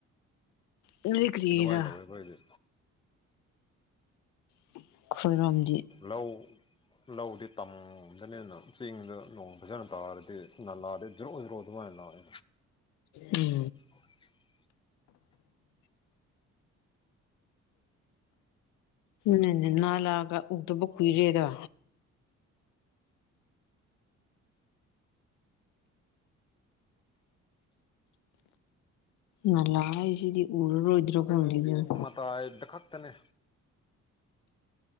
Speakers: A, on the left (about 75°); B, on the left (about 15°).
A: ꯑꯗꯨꯗꯤ ꯀꯔꯤꯔꯥ
B: ꯑꯗꯨꯃꯥꯏꯅ ꯇꯧꯋꯤ ꯑꯩꯈꯣꯏꯗꯤ
A: <unintelligible>
B: ꯂꯧ ꯂꯧꯗꯤ ꯇꯝꯗꯅꯤ ꯑꯗꯨꯅ ꯆꯤꯡꯗ ꯅꯣꯡ ꯐꯖꯅ ꯇꯥꯔꯗꯤ ꯅꯥ ꯂꯥꯦ ꯣ ꯖꯣ ꯃꯅ ꯂꯥꯗ
A: ꯎꯝ
B: <unintelligible>
A: ꯅꯦ ꯅꯥꯒ ꯎꯗ ꯀꯨ ꯔꯦꯗ ꯅꯂꯥ ꯍꯥꯏꯁꯤꯗꯤ ꯎꯔꯔꯣꯏꯗ꯭ꯔꯣ ꯀꯩꯅꯣ ꯂꯩꯗꯣꯏ
B: ꯇꯥꯏꯗꯛꯛꯇꯅꯦ